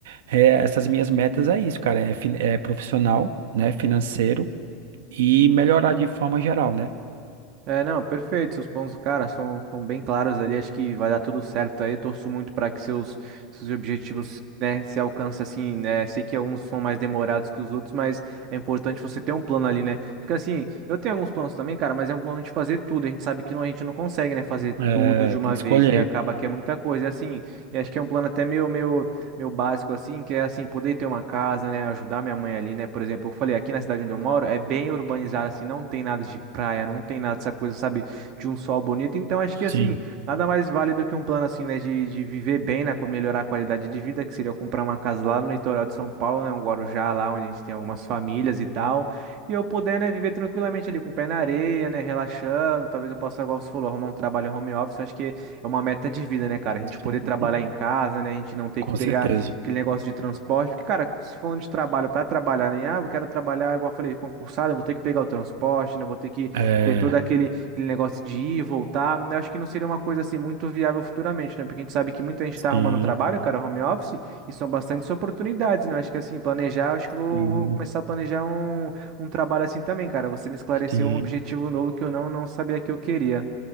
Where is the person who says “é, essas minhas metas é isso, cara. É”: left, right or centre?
Right